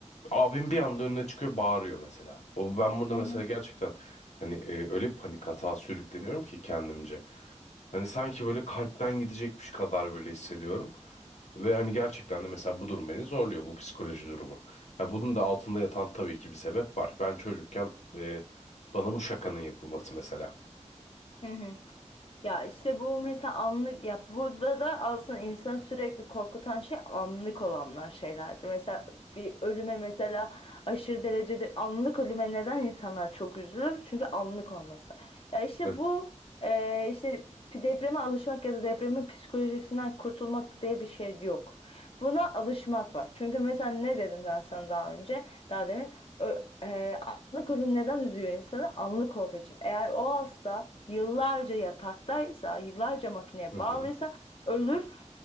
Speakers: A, on the left (about 65°); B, on the left (about 50°).
A: Abim bir anda önüne çıkıyor bağırıyor mesela. O ben burada
B: Hı
A: mesela
B: hı.
A: gerçekten hani e, öyle bir panik atağa sürükleniyorum ki kendimce. Hani sanki böyle kalpten gidecekmiş kadar böyle hissediyorum. Ve hani gerçekten de mesela bu durum beni zorluyor bu psikoloji durumu. Ha, bunun da altında yatan tabii ki bir sebep var. Ben çocukken e, bana bu şakanın yapılması mesela.
B: Hı hı. Ya işte bu mesela anlık ya burada da aslında insanı sürekli korkutan şey anlık olanlar şeylerdir. Mesela bir ölüme mesela aşırı derecede anlık ölüme neden insanlar çok üzülür? Çünkü anlık olması. Ya işte
A: Evet.
B: bu e, işte p- depreme alışmak ya da depremin psikolojisinden kurtulmak diye bir şey yok. Buna alışmak var. Çünkü mesela ne dedim ben sana daha önce, daha demin? Ö- e, Anlık ölüm neden üzüyor insanı? Anlık olduğu için. Eğer o hasta yıllarca yataktaysa, yıllarca makineye
A: Hı
B: bağlıysa
A: hı.
B: ölür